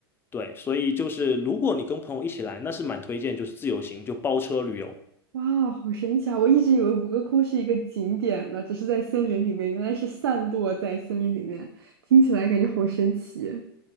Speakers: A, on the left; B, on the right.
A: 对，所以就是如果你跟朋友一起来，那是蛮推荐，就是自由行，就包车旅游。
B: 哇，好神奇啊！我一直以为五个窟是一个景点呢，只是在森林里面，原来是散落在森林里面，听起来感觉好神奇。